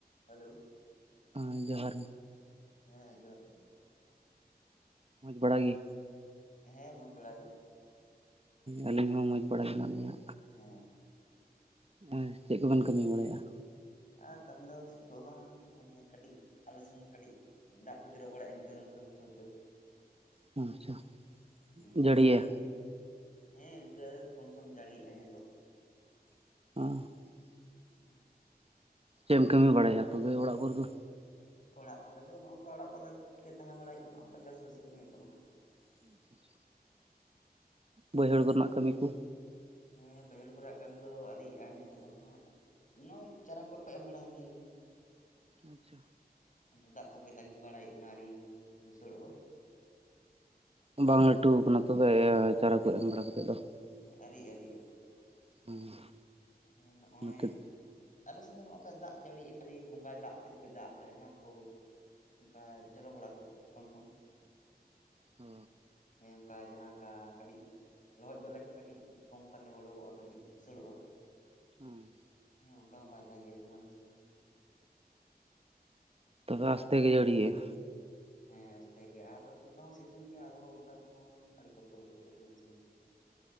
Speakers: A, on the left; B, on the right.
A: Hello.
B: <unintelligible> ᱡᱚᱦᱟᱨ᱾
A: ᱦᱮᱸ ᱡᱚᱦᱟᱨ ᱜᱮ᱾
B: ᱢᱚᱡᱽ ᱵᱟᱲᱟ ᱜᱮ?
A: ᱦᱮᱸ ᱢᱚᱡᱽ ᱵᱮᱲᱟ ᱜᱮ᱾
B: ᱟᱹᱞᱤᱧ ᱦᱚᱸ ᱢᱚᱡᱽ ᱵᱟᱲᱟᱭ ᱜᱮ ᱢᱮᱱᱟᱜ ᱞᱤᱧᱟᱹ᱾
A: ᱦᱮᱸ
B: <unintelligible> ᱪᱮᱫ ᱠᱚ ᱵᱮᱱ ᱠᱟᱹᱢᱤ ᱵᱟᱲᱟᱭᱮᱫ-ᱟ?
A: ᱟ ᱠᱟᱹᱢᱤ ᱫᱚ ᱵᱚᱱ ᱪᱩᱠᱟᱹᱣᱟ <inaudible> ᱠᱟᱹᱴᱤᱡ ᱟᱞᱮ ᱥᱮᱱ ᱠᱟᱹᱴᱤᱡ ᱫᱟᱜ ᱠᱚ ᱡᱚᱨᱚ ᱵᱟᱲᱟᱭᱮᱜᱼᱟ ᱤᱱᱠᱟᱹ <unintelligible> <unintelligible>
B: <unintelligible>
A: ᱦᱮᱸ
B: ᱡᱟᱹᱲᱤᱭᱟ᱾
A: ᱦᱮᱸ ᱤᱱᱠᱟᱹ ᱠᱚᱢᱥᱚᱢ ᱡᱟᱹᱲᱤᱭᱮᱫ-ᱟᱭ ᱱᱤᱛᱚᱜ᱾
B: <unintelligible>
A: <unintelligible>
B: ᱪᱮᱫ ᱮᱢ ᱠᱟᱹᱢᱤ ᱵᱟᱲᱟᱭᱟ ᱛᱚᱵᱮ ᱚᱲᱟᱜ ᱠᱚᱨᱮ ᱫᱚ?
A: ᱚᱲᱟᱜ ᱠᱚᱨᱮ ᱫᱚ ᱱᱚᱜᱼᱚ ᱱᱚᱝᱠᱟ ᱚᱲᱟᱜ <unintelligible> ᱛᱟᱦᱮᱸ ᱵᱟᱲᱟ ᱦᱩᱭᱩᱜ ᱠᱟᱱᱟ ᱚᱱᱠᱟ ᱪᱟᱥᱵᱟᱹᱥᱤ ᱠᱚᱨᱮ ᱱᱤᱛᱚᱜ ᱢᱟ ᱦᱟᱸᱜ᱾
B: <unintelligible> ᱵᱟᱹᱭᱦᱟᱹᱲ ᱠᱚᱨᱮᱱᱟᱜ ᱠᱟᱹᱢᱤ ᱠᱚ᱾
A: ᱦᱮᱸ ᱵᱟᱹᱭᱦᱟᱹᱲ ᱠᱚ ᱨᱮᱭᱟᱜ ᱠᱟᱹᱢᱤ ᱠᱚ ᱫᱚ ᱟᱹᱣᱤᱭᱟᱜᱼᱟ ᱱᱤᱛᱚᱜ ᱫᱚ ᱦᱟᱸᱜ᱾ ᱱᱚᱜ-ᱚᱭ ᱪᱟᱨᱟ ᱠᱚ ᱛᱚ ᱮᱢ ᱵᱟᱲᱟ ᱦᱩᱭ <unintelligible>
B: ᱟᱪᱪᱷᱟ᱾
A: ᱟᱫᱚ ᱫᱟᱜ ᱠᱚᱜᱮ ᱛᱟᱺᱜᱤ ᱵᱟᱲᱟ ᱦᱩᱭᱩᱜ ᱠᱟᱱᱟ ᱟᱹᱣᱨᱤ ᱵᱩᱥᱟᱹᱲᱚᱜᱼᱟ᱾
B: ᱵᱟᱝ ᱞᱟᱹᱴᱩ ᱟᱠᱟᱱᱟ <unintelligible> ᱛᱚᱵᱮ ᱪᱟᱨᱟ ᱠᱚ ᱮᱢ
A: ᱟᱹᱣᱨᱤᱜᱼᱟ
B: ᱵᱟᱲᱟ ᱠᱟᱛᱮ ᱫᱚ? <unintelligible>
A: ᱦᱮᱸ ᱟᱹᱣᱨᱤ ᱟᱹᱣᱨᱤᱜᱼᱟ ᱦᱮᱸ ᱱᱚᱜᱼᱚᱭ
B: ᱱᱚᱛᱮ
A: <unintelligible> <unintelligible> ᱫᱚ ᱱᱚᱜᱠᱟ ᱫᱟᱜ ᱡᱟᱹᱲᱤᱭᱮᱫᱼᱟ ᱠᱷᱟᱹᱞᱤ ᱵᱚᱸᱜᱟᱭ ᱫᱟᱜ ᱛᱤᱨᱯᱤ ᱫᱟᱜ ᱞᱟᱜ-ᱟ ᱡᱟᱦᱟᱸ ᱠᱚ ᱚᱱᱠᱟ ᱡᱚᱨᱚ ᱵᱟᱲᱟ ᱠᱮᱫ ᱜᱮ ᱠᱚᱢᱥᱚᱢ᱾
B: ᱚ᱾
A: ᱦᱮᱸ ᱚᱱᱠᱟ ᱡᱟᱦᱟᱸ ᱠᱟ ᱠᱟᱹᱴᱤᱡ᱾ ᱞᱚᱦᱚᱫ ᱡᱚᱜ ᱞᱮᱠᱷᱟᱱ ᱠᱟᱹᱴᱤᱡ ᱯᱚᱝᱠᱟᱛᱮ ᱚᱰᱚᱜᱚᱜᱼᱟ ᱠᱟᱹᱴᱤᱡ ᱫᱩᱥᱟᱹᱲᱚᱜᱼᱟ᱾
B: ᱦᱩᱸ᱾
A: ᱦᱮᱸ ᱚᱝᱠᱟ ᱦᱚᱸ ᱵᱟᱭ ᱫᱟᱜᱮᱫ-ᱟ ᱛᱟᱦᱮᱸᱫ ᱟᱞᱮ ᱥᱮᱫ ᱢᱟ᱾
B: <unintelligible> ᱟᱥᱛᱮ ᱜᱮ ᱡᱟᱹᱲᱤᱭᱮᱫ-ᱟᱭ?
A: ᱦᱮᱸ ᱟᱥᱛᱮ ᱜᱮ ᱟᱨ ᱚᱱᱠᱟ ᱦᱚᱸ ᱥᱤᱛᱩᱝ ᱜᱮᱭᱟ ᱟᱨᱦᱚᱸ ᱚᱱᱠᱟ ᱛᱮᱦᱚᱸ ᱟᱹᱰᱤ ᱠᱚᱥᱴᱚ ᱵᱩᱡᱷᱟᱹᱜ ᱠᱟᱱᱟ ᱟᱞᱮ ᱥᱮᱱ ᱫᱚ᱾ <inaudible>